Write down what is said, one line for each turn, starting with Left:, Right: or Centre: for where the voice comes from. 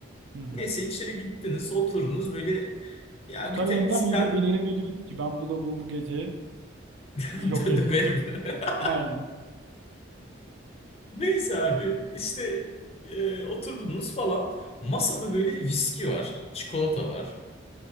Right: Hı hı.
Left: Neyse içeri gittiniz, oturdunuz böyle ya
Right: Kutay
Left: bir tek
Right: önden
Left: sen
Right: yürüyor. Ben İrem'e diyorum ki ben bu lavuğu bu gece
Left: <laughs>
Right: yok
Left: Dö-
Right: edeyim.
Left: döverim. <laughs>
Right: Aynen.
Left: Neyse abi işte e, oturdunuz falan. Masada böyle viski var, çikolata var.